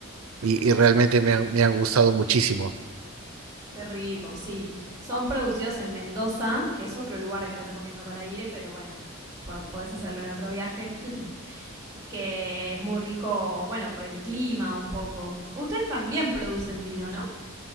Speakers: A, on the right; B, on the right.
A: y, y realmente me han, me han gustado muchísimo.
B: Qué rico, sí. Son producidos en Mendoza, que es otro lugar que te recomiendo para ir, pero bueno, po- podés hacerlo en otro viaje. <laughs> que es muy rico, bueno, por el clima un poco. Ustedes también producen vino, ¿no?